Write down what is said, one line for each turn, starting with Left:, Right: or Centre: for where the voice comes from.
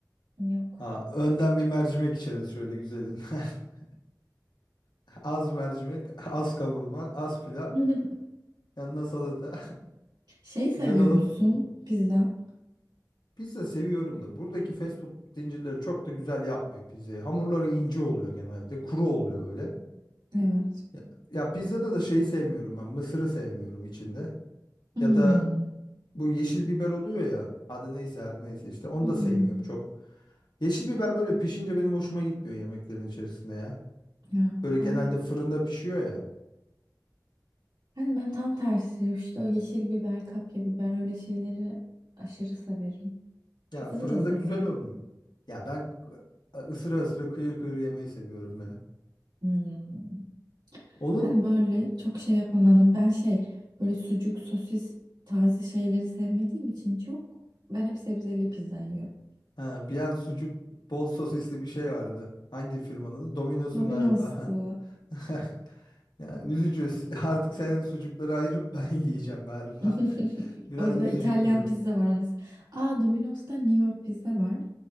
Right: Yok.
Left: Ha, önden bir mercimek içeriz şöyle güzelin <laughs> Az mercimek, az kavurma, az pilav.
Right: <laughs>
Left: Yanına salata.
Right: Şey seviyor
Left: <laughs> Güzel olur.
Right: musun? Pizza.
Left: Pizza seviyorum da buradaki fast food zincirleri çok da güzel yapmıyor pizzayı. Hamurları ince oluyor genelde. Kuru oluyor böyle.
Right: Evet.
Left: Ya, ya pizzada da şeyi sevmiyorum ben. Mısırı sevmiyorum içinde.
Right: Hmm.
Left: Ya da bu yeşil biber oluyor ya. Adı neyse her neyse işte. Onu
Right: Hmm.
Left: da sevmiyorum çok. Yeşil biber böyle pişince benim hoşuma gitmiyor yemeklerin içerisinde ya.
Right: Ya
Left: Böyle genelde
Right: ben
Left: fırında pişiyor ya.
Right: Yani ben tam tersi işte o yeşil biber, kapya biber öyle şeyleri aşırı severim.
Left: Ya
Right: Pizzada
Left: fırında
Right: da severim.
Left: güzel olmuyor. Ya ben ısıra ısıra kıyır kıyır yemeyi seviyorum ya.
Right: Hmm.
Left: Onun
Right: Ben böyle çok şey yapamadım. Ben şey böyle sucuk, sosis tarzı şeyleri sevmediğim için çok ben hep sebzeli pizza yiyorum.
Left: Ha, bir an sucuk bol sosisli bir şey vardı. Hangi firmanın? adı? Domino's'un
Right: Domino's'tu.
Left: galiba. <laughs> Ya üzücü. Artık senin sucukları ayırıp ben <laughs> yiyeceğim galiba.
Right: <laughs>
Left: Biraz
Right: Orada
Left: üzücü
Right: İtalyan
Left: bir durum.
Right: pizza var onu. se- Aa Domino's'ta New York pizza var.